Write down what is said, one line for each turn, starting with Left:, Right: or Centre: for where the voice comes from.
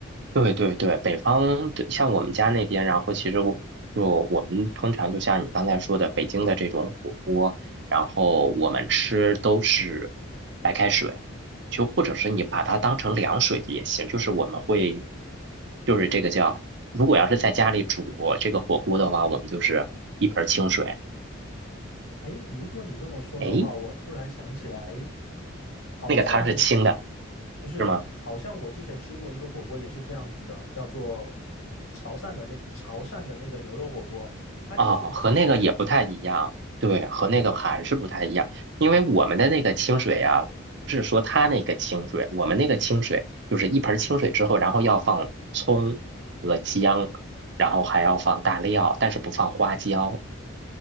Right: 对对对，北方的像我们家那边，然后其实我就我们通常就像你刚才说的，北京的这种火锅，然后我们吃都是白开水，就或者是你把它当成凉水也行，就是我们会，就是这个叫，如果要是在家里煮这个火锅的话，我们就是一盆儿清水，
Left: 诶，如果你这么说的话，
Right: 诶，
Left: 我突然想起来，好像
Right: 那个汤是清的，
Left: 不是，
Right: 是吗？
Left: 好像我之前吃过一个火锅也是这样子的，叫做潮汕的那潮汕的那个牛肉火锅，它就是直接
Right: 啊，和那个也不太一样，对，和那个还是不太一样，因为我们的那个清水呀，不是说它那个清水，我们那个清水就是一盆儿清水之后，然后要放葱和姜，然后还要放大料，但是不放花椒。